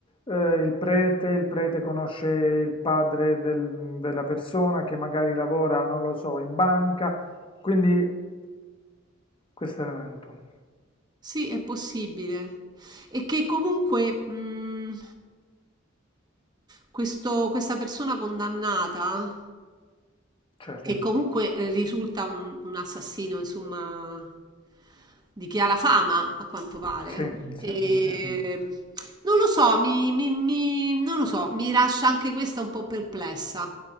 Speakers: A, on the left; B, on the right.
A: eh, il prete, il prete conosce il padre del- della persona che magari lavora, non lo so, in banca, quindi questo elemento,
B: Sì, è possibile. E che comunque mh, questo- questa persona condannata...
A: certo.
B: che comunque eh, risulta un, un assassino, insomma, di chi ha la fama, a quanto pare.
A: Sì, sì,
B: E,
A: sì.
B: non lo so, mi, mi- mi- non lo so, mi lascia anche questa un po' perplessa.